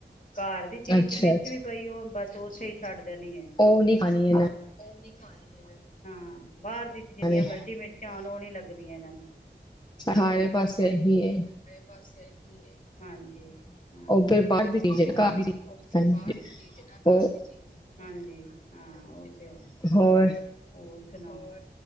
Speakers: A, on the left; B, on the left.
A: ਘਰ ਦੀ ਚੀਜ਼
B: ਅੱਛਾ
A: ਚ ਮਿਰਚ
B: ਅੱਛਾ
A: ਵੀ ਪਈ ਹੋਏ ਉਹ ਬਸ ਉਥੇ ਹੀ ਛੱਡ ਦੇ ਨੀ ਹੈ।
B: ਉਹ ਨੀ ਖਾਣੀ ਇਹਨਾਂ ਨੇ।
A: ਉਹ ਨੀ ਖਾਣੀ ਇਹਨਾਂ ਨੇ ਹਾਂ ਬਾਹਰ ਦੀ ਚ ਜਿੰਨੀਆਂ
B: ਨੇ
A: ਮਰਜੀ ਮਿਰਚਾ ਹੋਣ ਉਹ ਨੀ ਲੱਗਦੀਆਂ ਇਹਨਾਂ ਨੂੰ
B: ਸਾਰੇ ਪਾਸੇ ਇਹੀ ਏ।
A: ਪਾਸੇ ਇਹੀ ਏ। ਹਾਂਜੀ ਹਾਂ,
B: ਉਹ ਫਿਰ ਬਾਹਰ ਦੀ ਚੀਜ਼
A: ਹੋਰ
B: ਘਰ ਦੀ
A: ਉਹ ਵੀ ਫਿਰ
B: ਹਾਂਜੀ
A: ਬਾਹਰ ਦੀ ਚੀਜ਼ ਆ ਨਾ ਘਰ
B: ਉਹ
A: ਦੀ ਚੀਜ਼ ਹਾਂਜੀ ਹਾਂ ਉਹ
B: ਹੋਰ
A: ਹੋਰ ਸੁਣਾਓ,